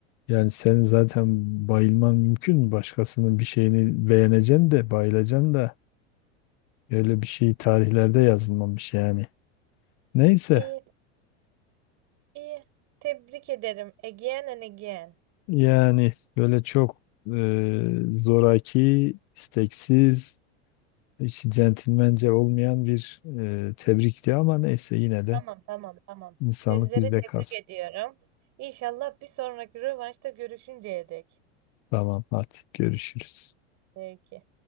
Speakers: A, on the left; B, on the right.
A: Yani sen zaten bayılman mümkün mü? Başkasının bir şeyini beğeneceksin de bayılacaksın da öyle bir şey tarihlerde yazılmamış yani. Neyse.
B: İyi, iyi. Tebrik ederim. Again and again.
A: Yani böyle çok e, zoraki, isteksiz, hiç centilmence olmayan bir e, tebrikti ama neyse yine de
B: Tamam, tamam, tamam.
A: insanlık
B: Sizleri
A: bizde
B: tebrik
A: kalsın.
B: ediyorum. İnşallah bir sonraki rövanşta görüşünceye dek.
A: Tamam, hadi görüşürüz.
B: Peki.